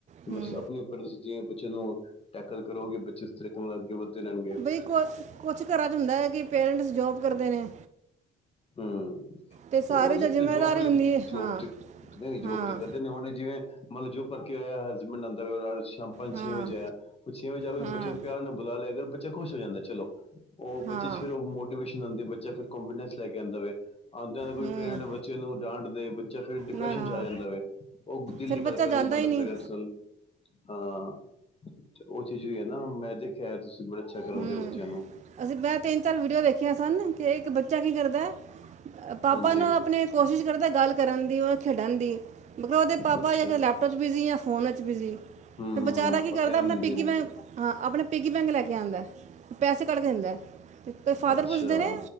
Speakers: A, on the left (about 30°); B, on the right (about 35°).
A: ਤੇ
B: ਹੂੰ
A: ਬਸ ਆਪਣੇ ਉੱਪਰ ਦੱਸਦੀ ਬੱਚੇ ਨੂੰ ਟੈਕਲ ਕਰੋਗੇ, ਬੱਚੇ ਉਸ ਤਰੀਕੇ ਨਾਲ ਅੱਗੇ ਵੱਧਦੇ ਰਹਿਣਗੇ।
B: ਤੇ ਕੁਛ- ਕੁਛ ਘਰਾਂ ਚ ਹੁੰਦਾ, ਕਿ ਪੇਰੈਂਟਸ ਜੋਬ ਕਰਦੇ ਨੇ।
A: ਹੂੰ,
B: ਤੇ ਸਾਰੇ
A: ਉਹ
B: 'ਚ ਜ਼ਿੰਮੇਵਾਰੀ
A: ਜੋਬ ਪਹਿਲੇ,
B: ਹੁੰਦੀ ਹੈ
A: ਜੋਬ
B: ਹਾਂ
A: ਤੇ ਨ ਜੋਬ
B: ਹਾਂ
A: ਤੇ ਕਰਦੇ ਨੇ, ਹੁਣ ਜਿਵੇਂ ਮਤਲਬ ਜੋ ਕਰਕੇ ਆਇਆ, ਹਸਬੈਂਡ ਆਂਦਾ ਹਰ ਰੋਜ਼ ਸ਼ਾਮ ਪੰਜ
B: ਹਾਂ
A: ਛੇ ਵਜੇ ਆਇਆ, ਉਹ ਛੇ ਵਜੇ ਆ ਕੇ
B: ਹਾਂ
A: ਬੱਚੇ ਨੂੰ ਪਿਆਰ ਨਾਲ ਬੁਲਾ ਲਿਆ ਕਰ, ਬੱਚਾ ਖੁਸ਼ ਹੋ ਜਾਂਦਾ ਚਲੋ। ਉਹ
B: ਹਾਂ
A: ਬੱਚੇ ਚ ਫੇਰ ਉਹ ਮੋਟੀਵੇਸ਼ਨ ਆਂਦੀ, ਬੱਚਾ ਫੇਰ ਕੋਂਨਫੀਡੈਂਸ ਲੈ ਕੇ ਆਂਦਾ ਵੇ। ਆਂਦਿਆਂ ਦੇ ਕੋਈ
B: ਹੂੰ
A: ਪੇਰੈਂਟਸ ਬੱਚੇ ਨੂੰ ਡਾਂਟ ਦੇ ਜਾਂ ਫਿਰ ਡਿਪਰੈਸ਼ਨ
B: ਨਾ ਨਾ
A: ਆ ਜਾਂਦਾ ਵੇ, ਉਹ ਦਿਲ
B: ਫਿਰ
A: ਦੀ
B: ਬੱਚਾ
A: ਗੱਲ ਕਰ
B: ਜਾਂਦਾ
A: ਨੀ ਪਾਂਦਾ
B: ਹੀ ਨਹੀਂ
A: ਪੇਰੈਂਟਸ ਨਾਲ, ਹਾਂ। ਉਹ ਚੀਜ਼ ਵੀ ਐ ਨਾ, ਮੈਂ ਦੇਖਿਆ ਤੁਸੀਂ ਬੜਾ ਅੱਛਾ ਕਰਾਂਦੇ
B: ਹੂੰ
A: ਹੋ ਬੱਚਿਆਂ ਨੂੰ।
B: ਅਸੀਂ ਮੈਂ ਤਿੰਨ ਚਾਰ ਵੀਡੀਓ ਦੇਖੀਆਂ ਸਨ, ਕਿ ਇੱਕ ਬੱਚਾ ਕੀ ਕਰਦਾ ਪਾਪਾ
A: ਹਾਂਜੀ
B: ਨਾਲ ਆਪਣੇ ਕੋਸ਼ਿਸ਼ ਕਰਦਾ ਗੱਲ ਕਰਨ ਦੀ, ਉਹਦੇ ਨਾਲ ਖੇਡਣ ਦੀ। ਮਤਲਬ ਉਹਦੇ ਪਾਪਾ
A: ਅੱਛਾ
B: ਲੈਪਟੋਪ ਚ ਬਿਜੀ ਆ, ਜਾਂ ਫੋਨ ਵਿੱਚ ਬਿਜੀ ਆ।
A: ਹੂੰ
B: ਫੇਰ ਬਚਾਰਾ ਕੀ
A: ਉਹ
B: ਕਰਦਾ,
A: ਟਾਈਮ
B: ਆਪਣਾ
A: ਦਿੰਦੇ
B: ਪਿੱਗੀ
A: ਨੀ
B: ਮੈਂ ਹਾਂ ਆਪਣੇ ਪਿੱਗੀ ਬੈਂਕ ਲੈ ਕੇ ਆਂਦਾ, ਪੈਸੇ ਕੱਢ ਕੇ ਦਿੰਦਾ। ਤੇ ਫਾਦਰ
A: ਅੱਛਾ
B: ਪੁੱਛਦੇ ਨੇ,